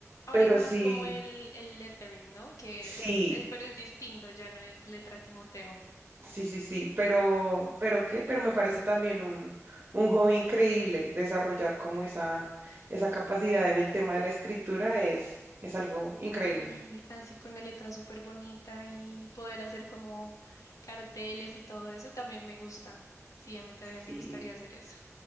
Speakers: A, on the left (about 80°); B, on the right (about 35°).
A: Ahora
B: pero
A: es más
B: sí,
A: como el, el lettering, ¿no? Que
B: sí,
A: es, pero es distinto, ya no es letra Timoteo.
B: sí, sí, sí. Pero, pero qué, pero me parece también un, un hobby increíble desarrollar como esa, esa capacidad en el tema de la escritura es, es algo increíble.
A: Y así con la letra súper bonita y poder hacer como carteles y todo eso también me gusta. Sí, a mí también
B: Sí.
A: me gustaría hacer eso.